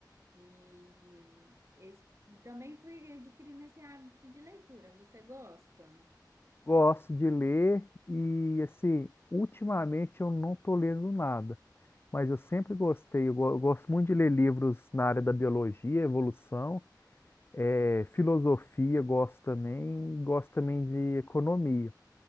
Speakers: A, on the right; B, on the left.
A: E es- também fui adquirindo esse hábito de leitura. Você gosta?
B: Gosto de ler e, assim, ultimamente eu não tô lendo nada. mas eu sempre gostei, eu, go- eu gosto muito de ler livros na área da biologia, evolução, eh, filosofia, gosto também, e gosto também de economia.